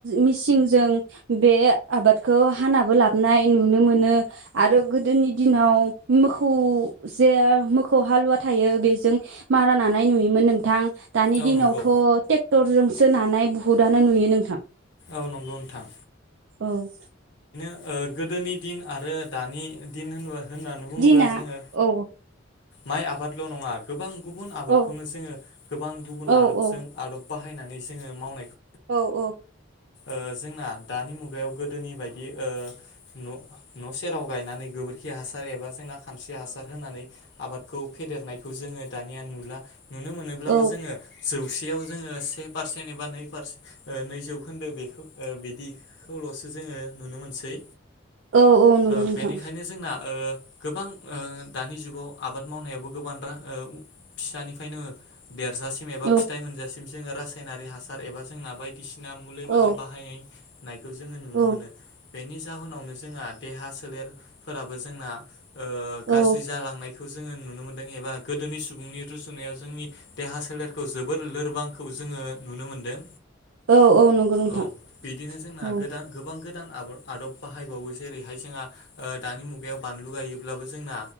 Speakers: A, on the right (about 70°); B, on the left (about 60°).
A: मेचिनजों बे आबादखौ हानाबो लाबोनाय नुनो मोनो आरो गोदोनि दिनाव मोखौ जे मोखौ हालुवा थायो बेजों मारा नानाय नुयोमोन नोंथां। दानि
B: औ
A: दिनावथ
B: नंगौ
A: ट्रेक्टरजों। सो नानाय बुहुदानो नुयो नोंथां।
B: औ नंगौ नोंथां
A: औ
B: ओ-गोदोनि दिन आरो दानि दिन होनब होननानै बुङोब्ला
A: दिना
B: जोङो।
A: औ
B: माइ आबाद ल नङा गोबां गुबुन आबादखौनो
A: औ
B: जोङो गोबां गुबुन
A: औ
B: आदबजों
A: औ
B: आदब बाह बाहायनानै जोङो मावनायखौ।
A: औ औ
B: ओ-जोंना दानि मुगायाव गोदोनि बायदि ओ- न न सेराव गायनानै गोबोरखि हासार एबा जोंना। खानस्रि हासार होनानै आबादखौ फेदेरनायखौ जोङो दानिया नुला। नुनो मोनोब्लाबो
A: औ
B: जोङो जौसेयाव। जोङो से पारसेन एबा नै पारसेन ओ- नैजौ खोन्दो बेखौ बिदिखौलसो जोङो नुनो मोनसै।
A: औ औ नंगौ
B: ओ-बेनिखायनो
A: नोंथां
B: जोंना-ओ गोबां ओ-दानि जुगाव आबाद मावनायाबो गोबां रा। ओ-फिसानिफ्रायनो देरजासिम एबा
A: औ
B: फिथय मोनजासिम जोङो रास रासायनारि हासार एबा जोंना बायदिसिना। <unintelligible>
A: औ
B: बाहाय-नायखौ जोङो नुनो
A: औ
B: मोन बेनि जाहोनावनो जोंहा दहा। सोलेर फोराबो जोंना ओ-गाज्रि
A: औ
B: जालांनाय खौ जोङो नुनो मोन्दों एबा गोदोनि सुबुंनि रुजुनायाव जोंनि देहा सोलेरखौ जोबोर लोरबांखौ जोङो नुनो मोनदों।
A: औ औ नंगौ नोंथां
B: औ बिदिनो जोंना
A: औ
B: गोदा-गोदान गोबां गोदान आबार। आदब बाहायबावो जेरैहाय जोंहा दानि मुगायाव बानलु गायोब्लाबो जोंना।